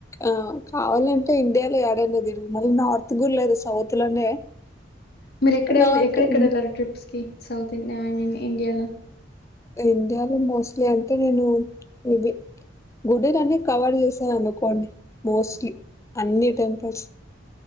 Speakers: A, on the left (about 15°); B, on the left (about 60°).
A: ఆ కావాలంటే ఇండియాలో ఏడన్న తిరుగు మళ్ళీ నార్త్ గుర లేదు సౌత్ లోనే
B: మీరు ఎక్కడళ్
A: నార్త్
B: ఎక్కడెక్కడ
A: హ్మ్
B: వెళ్ళారు ట్రిప్స్ కి సౌత్ండి ఐ మీన్ ఇండియాలో
A: ఇండియాలో మోస్ట్లీ అంటే నేను ఇది గుడిలన్నీ కవర్ చేశా అనుకోండి మోస్ట్లీ అన్ని టెంపుల్స్